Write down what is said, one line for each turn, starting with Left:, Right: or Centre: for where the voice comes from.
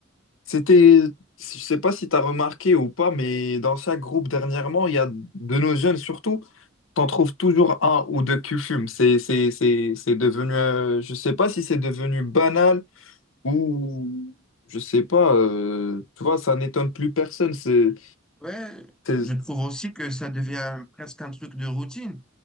Left: C'était, je sais pas si tu as remarqué ou pas, mais dans chaque groupe dernièrement, il y a de nos jeunes surtout, t'en trouves toujours un ou deux qui fument. C'est c'est c'est c'est devenu, euh, je sais pas si c'est devenu banal ou je sais pas. euh, tu vois, ça n'étonne plus personne. C'est
Centre: Ouais,
Left: c'est-
Centre: je trouve aussi que ça devient presque un truc de routine.